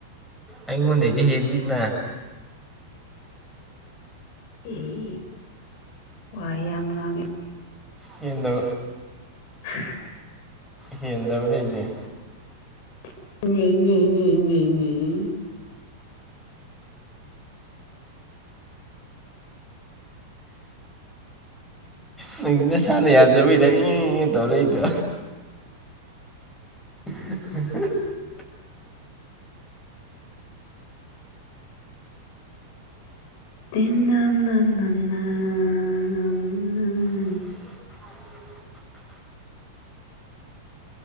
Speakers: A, in the centre; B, on the left.
A: ꯑꯩꯉꯣꯟꯗꯗꯒꯤꯗꯤ ꯍꯦꯜꯂꯤꯗꯅ
B: ꯑꯦ ꯋꯥꯏ ꯌꯥꯝ ꯉꯥꯡꯉꯦ
A: ꯌꯦꯅꯤ
B: <unintelligible>
A: ꯍꯦꯟꯗꯕ꯭ꯔ ꯏꯁꯦ
B: ꯏꯏꯏ <unintelligible>
A: ꯅꯪꯁꯤ ꯅꯁꯥꯟꯅ ꯌꯥꯖꯕꯩꯔꯅꯦ ꯇꯧꯔꯛꯏꯗꯣ <inaudible>
B: ꯊ
A: <unintelligible>